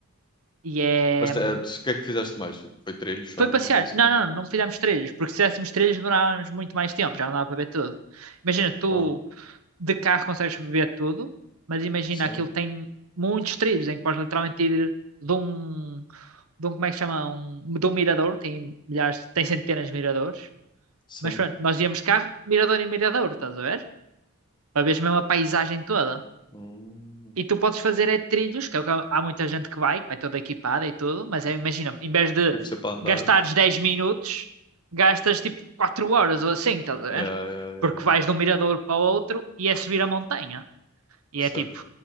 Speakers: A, on the right; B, on the left.
A: E é.
B: Mas te-
A: hum,
B: é tu- o que é que fizeste mais? Foi trilhos só,
A: Foi passear.
B: então, basicamente.
A: Não, não, não fizemos trilhos, porque se fizéssemos trilhos demorávamos muito mais tempo, já não dava para ver tudo. Imagina, tu
B: Ah,
A: de carro consegues ver tudo, mas imagina
B: sim,
A: aquilo tem muitos trilhos em que podes literalmente ir de um, de um, como é que chama? Um, de um mirador, tem milhares, tem centenas de miradores,
B: sim.
A: Mas pronto, nós íamos carro, mirador em mirador, estás a ver? Para veres mesmo a paisagem toda.
B: Hum.
A: E tu podes fazer é trilhos, que é o que há há muita gente que vai, que vai toda equipada e tudo, mas é, imagina, em vez de
B: Tipo, sempre a andar.
A: gastares 10 minutos, gastas tipo 4 horas ou assim, estás a
B: Yeah,
A: ver?
B: yeah, yeah,
A: Porque
B: yeah.
A: vais de um mirador para o outro e é subir a montanha. E
B: Certo.
A: é tipo,